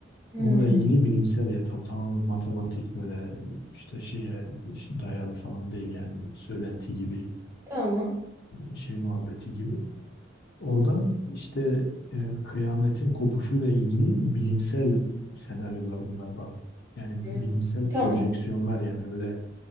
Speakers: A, on the right; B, on the left.
A: Hmm.
B: Onunla ilgili bilimsel ya tam tamamen matematik böyle işte şeye dayalı falan değil yani söylenti gibi
A: Tamam.
B: e, şey muhabbeti gibi. Oradan işte e, kıyametin kopuşuyla ilgili bilimsel senaryolar bunlar bak. Yani bilimsel
A: Hı. Tamam.
B: projeksiyonlar yani öyle